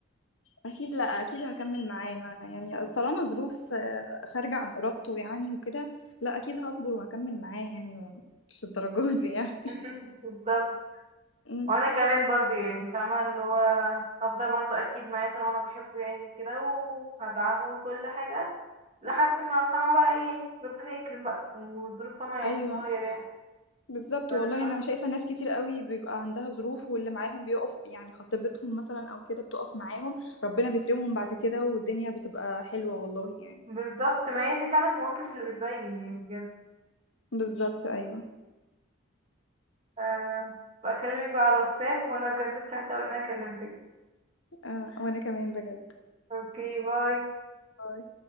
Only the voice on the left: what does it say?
اكيد لا اكيد هكمل معاه ما- يعني طالما ظروف آه، خارجه عن ارادته يعني وكده لا اكيد هصبر وهكمل معاه يعني مش الدرجات دي يعني
مم.
ايوه
بالظبط
والله انا شايفه ناس كتير قوي بيبقى عندها ظروف واللي معاهم بيقف يعني خطيبتهم مثلا او كده بتقف معاهم ربنا بيكرمهم بعد كده والدنيا بتبقى حلوه والله يعني
بالظبط ايوه
آه وانا كمان بجد
باي.